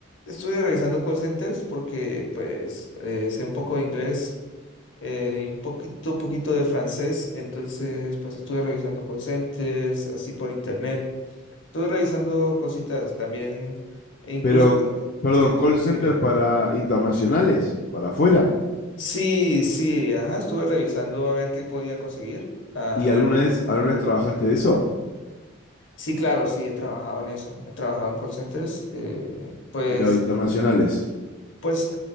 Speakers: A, on the left; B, on the left.
A: Estuve revisando call centers porque pues eh, sé un poco de inglés eh, y un poquito, poquito de francés, entonces pues estuve revisando call centers así por internet. Estuve revisando cositas también, e incluso,
B: Pero,
A: tra-
B: perdón,
A: sí,
B: call
A: sí,
B: center
A: dime.
B: para internacionales, para afuera.
A: Sí, sí, ajá, estuve revisando a ver qué podía conseguir. Ah,
B: ¿Y alguna vez, alguna vez trabajaste de eso?
A: sí, claro, sí, he trabajado en eso, he trabajado en call centers. eh, pues,
B: Pero internacionales.
A: pues